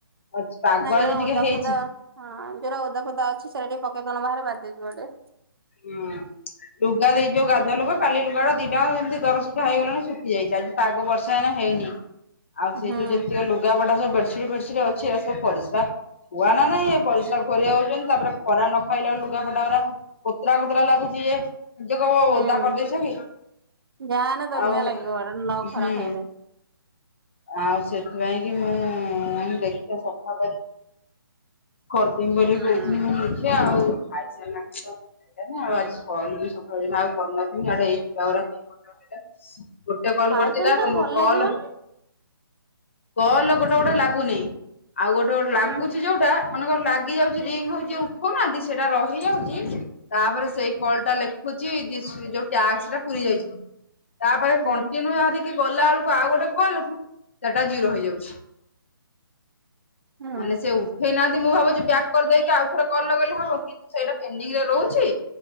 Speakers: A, on the left; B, on the right.
A: ଅଛି ପାଗ
B: ନାଇଁ ଯୋଉରା
A: ଆଜି ଟିକେ
B: ଓଦା
A: ହେଇଚି।
B: ଫୋଦା ହଁ ଯୋଉରା ଓଦା ଫୋଦା ଅଛି ସେରା ଟିକେ ପକେଇ ଦଉନ ବାହାରେ ବାଜି ଯିବି ଟିକେ।
A: ହୁଁ। ଲୁଗା ବି ଯୋଉ ଗାଧୁଆ ଲୁଗା କାଲି ଲୁଗା ଗୁଡା ଦିଟା ଯାଙ୍କ ଏମିତି ଦର ଶୁଖା ହେଇ ଗଲାଣି ଶଖି ଯାଇଛି ଆଜି। ପାଗ ବର୍ଷା ଏଇନା ହେଇନି ଆଉ ସେ
B: ହୁଁ
A: ଯୋଉ ଯେତିକି ଲୁଗା ପଟା ସବୁ ବେଡସିଟ୍ ଫେଡ଼ସିଟ। ଅଛି ଏରା ସବୁ ପାରିସ୍ରା। ଥୁଆ ନା ନାଇ ଏ ପରିସା ଘୋରେଇ ହଉଛନ୍ତି ତାପରେ ଖରା ନ ଖାଇଲାରୁ ଲୁଗାପଟା ଗୁରା। କୋତରା କୋତରା ଲାଗୁଛି ଏ। ଯିଏ କହିବ
B: ହୁଁ।
A: ଓଦା କରିଦେଇଛ କି
B: ଯାହାହେନେ ଦୋଲମିଆ
A: ଆଉ
B: ଲାଗିବ ହେଟା ନ ଖରା
A: ହୁଁ।
B: ଖାଇଲେ
A: ଆଉ ସେଥିପାଇଁ କି ମୁଁ କହିଲି ଦେଖିବା ସଫା କରି କରି ଦେମି ବୋଲି
B: ହୁଁ
A: କହୁଥିଲି ମୁଁ କଇଲି ଦେଖିବା ଆଉ। ଖଇସାରି ଲା ପରେ ତ ହେଲାନି ଆଉ ଆଜି କହିଲି ସକାଳୁ ଆଉ ମୁଁ କରିନଥିଲି ଆଡେ ଏ ଛୁଆ ଗୁଡା କେଁ କଟର। ଗୋଟେ କଲ
B: ଖାଇଛନ୍ତି
A: କରୁଚି ତା
B: ତ
A: କଲ୍।
B: ଆଉ ଭଲ ଲାଗିବନି।
A: କଲ ଗୋଟେ ଗୋଟେ ଲାଗୁନିଁ ଆଉ ଗୋଟେ ଗୋଟେ ଲାଗୁ
B: ହୁଁ
A: ଚି ଯୋଉଟା ମନେକର ଲାଗି ଯାଉଛି ରିଙ୍ଗ ହଉଚି ଯିଏ ଉଠଉ ନାହାନ୍ତି ସେଇଟା ରହିଯାଉଛି। ତାପରେ ସେଇ କଲ ଟା ଲେଖୁଛି ଦିସ୍ ଯୋଉ ଟ୍ୟାକ୍ସ ଟା ପୁରୀ ଯାଇଛି‌ ବୋଲି। ତାପରେ
B: ହୁଁ
A: କଣ୍ଟିନ୍ୟୁ କରିକି ଗଲା ବେଳକୁ ଆଉ ଗୋଟେ। କଲ କୁ ସେଟା ଜିର ହେଇଯାଉଛି ନ‌ହେଲେ
B: ହୁଁ
A: ସେ ଉ ଉଠେଇ ନାହାନ୍ତି ମୁଁ ଭାବୁଛି ବ୍ୟାକ୍ କରିଦେଇକି ଆଉଥରେ କଲ ଲଗେଇ ଲେ ହବ କିନ୍ତୁ ସେଇଟା ପେଣ୍ଡିଙ୍ଗ ରେ ରହୁଛି।